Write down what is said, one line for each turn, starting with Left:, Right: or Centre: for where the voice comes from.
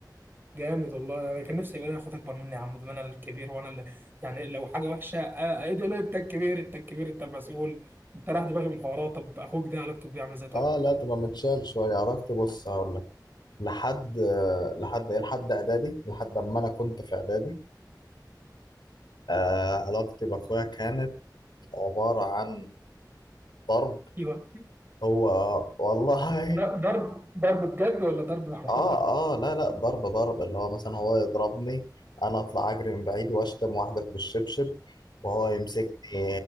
Right: جامد والله انا كان نفسي يبقى لي اخوات اكبر مني يا عم ده انا الكبير وانا اللي يعني لو حاجه وحشه آه، آه، ايه ده لا، انت الكبير انت الكبير انت المسؤول انت رايح دماغي من الحوارات طب اخوك ده علاقته بيه عامله ازاي طيب
Left: اه لا تبقى متشال شويه علاقتي بص هقول لك لحد آه، لحد ايه لحد اعدادي لحد اما انا كنت في اعدادي آه علاقتي باخويا كانت عباره عن ضرب
Right: ايوه
Left: هو والله
Right: ده
Left: <laughs>
Right: ضرب ضرب ضرب بجد ولا ضرب محبه
Left: اه اه لا لا ضرب ضرب اللي هو مثلا هو يضربني انا اطلع اجري من بعيد واشتم واحده في بالشبشب وهو يمسكني ي-